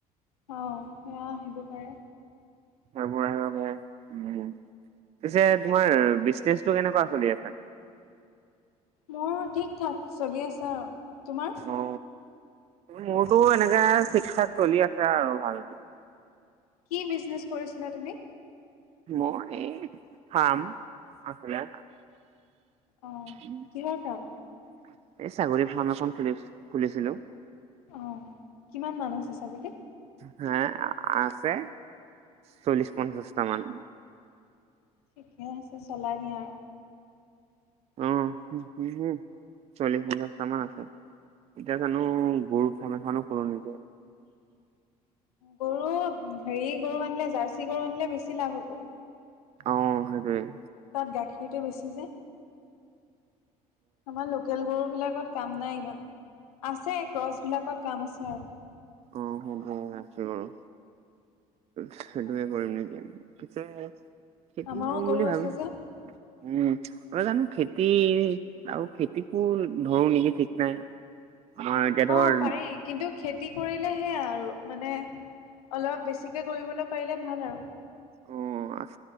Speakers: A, on the left (about 70°); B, on the right (about 35°).
A: অ সেয়া আহিব পাৰে।
B: সেইবোৰ আহিব পাৰে উ উম পিছে তোমাৰ বিজনেচটো কেনেকোৱা চলি আছে?
A: মোৰ ঠিক ঠাক চলি আছে আৰু। তোমাৰ?
B: অ। মোৰতো এনেকাে ঠিক ঠাক চলি আছে আৰু ভাল।
A: কি বিজনেছ কৰিছিলা তুমি?
B: মই এই ফাৰ্ম আছিলে।
A: অ'
B: এই
A: কিহৰ কাম?
B: ছাগলী ফাৰ্ম এখন খুলি খুলিছিলো।
A: অ কিমান মান আছে ছাগলী?
B: হে আছে চল্লিশ - পঞ্চাছটা মান।
A: ঠিকে আছে চলাই নিয়া আৰু।
B: অ মোৰ চল্লিছ - পঞ্চাছটা মান আছে। এতিয়া জানো গৰু ফাৰ্ম এখনো খোলো নেকি।
A: গৰু হেৰি গৰু আনিলে জাৰ্চি গৰু আনিলে বেছি লাভ হ'ব।
B: অ সেইটোৱেই।
A: তাত গাখীৰতো বেছি যে, আমাৰ লোকেল গৰুবিলাকত কাম নাই ইমান আছে ক্ৰছবিলাকত কাম আছে আৰু।
B: অ হব আছে বাৰু। সেইটোৱে
A: তাকে
B: কৰিম নেকি? পিছে খেতি
A: আমাৰো
B: কৰিম
A: গৰু
B: বুলি ভাবিছো।
A: আছে যে
B: উম অ জানো খেতি আৰু খেতিকো ধৰো নেকি ঠিক নাই। আমাৰ এতিয়া ধৰ
A: অ পাৰি কিন্তু খেতি কৰিলে সেয়া আৰু মানে অলপ বেছিকে কৰিবলৈ পাৰিলে ভাল আৰু।
B: অ আছ